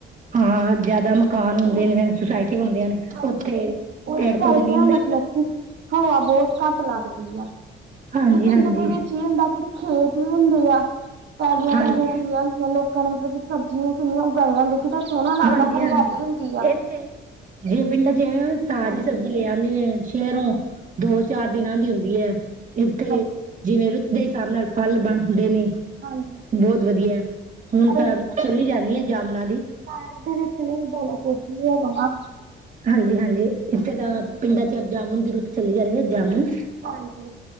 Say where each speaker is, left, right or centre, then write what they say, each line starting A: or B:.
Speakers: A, on the right; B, on the right.
A: ਹਾਂ, ਜਾਦਾ ਮਕਾਨ ਹੁੰਦੇ
B: ਉਹ
A: ਨੇ, ਸੁਸਾਇਟੀਆਂ ਹੁੰਦੀਆਂ ਨੇ।
B: ਹਾਂਜੀ,
A: ਉੱਥੇ
B: ਉਹਦੇ
A: ਪੇੜ
B: ਕਰਕੇ
A: ਪੌਦੇ ਨਹੀਂ
B: ਨਾ
A: ਹੁੰਦੇ
B: ਮਤਲਬ ਕੀ ਹਵਾ ਬੌਤ ਘਾਟ ਲੱਗਦੀ ਆ।
A: ਹਾਂਜੀ-ਹਾਂਜੀ,
B: ਪਿੰਡ ਦੇ ਵਿੱਚ ਇਹ ਹੁੰਦਾ ਕਿ ਖੇਤ ਵੀ ਹੁੰਦੇ ਆ। ਪੈਲੀਆਂ-ਪੂਲੀਆ
A: ਹਾਂਜੀ,
B: ਮਤਲਬ ਕਿ ਸਬਜ਼ੀਆਂ ਕਿੰਨੀਆਂ ਉਗਾਈਆਂ ਦੇਖੀ ਦਾ ਸੋਹਣਾ ਲੱਗਦਾ।
A: ਹਾਂਜੀ-ਹਾਂਜੀ।
B: ਹਰਿਆਲੀ ਹੁੰਦੀ ਆ।
A: ਇੱਥੇ ਪਿੰਡਾਂ ਚ ਅਐਵੇਂ ਤਾਜ਼ੀ
B: ਹਾਂਜੀ
A: ਸਬਜ਼ੀ ਲੈ ਆਂਦੇ ਨੇ। ਸ਼ਹਿਰੋ
B: ਹਾਂਜੀ
A: ਦੋ ਚਾਰ ਦਿਨਾਂ ਦੀ ਹੁੰਦੀ ਹੈ, ਇੱਥੇ
B: ਹਾਂਜੀ
A: ਜਿਵੇਂ ਰੁੱਤ ਦੇ ਹਿਸਾਬ ਨਾਲ ਫਲ ਬਣਦੇ ਨੇ
B: ਹਾਂਜੀ
A: ਬਹੁਤ ਵਧੀਆ, ਹੁਣ
B: ਪਰ
A: ਤਾਂ ਰੁੱਤ ਚੱਲੀ ਜਾਂਦੀ ਆ ਜਾਮਨਾਂ ਦੀ
B: <unintelligible> <inaudible> <unintelligible>
A: ਹਾਂਜੀ-ਹਾਂਜੀ, ਇੱਥੇ
B: ਹਾਂਜੀ
A: ਤਾਂ ਪਿੰਡਾਂ ਚ ਜਾਮੁਨ ਦੀ ਰੁੱਤ ਚਲੀ ਜਾਂਦੀ ਹੈ। ਜਾਮੁਨ
B: ਹਾਂਜੀ,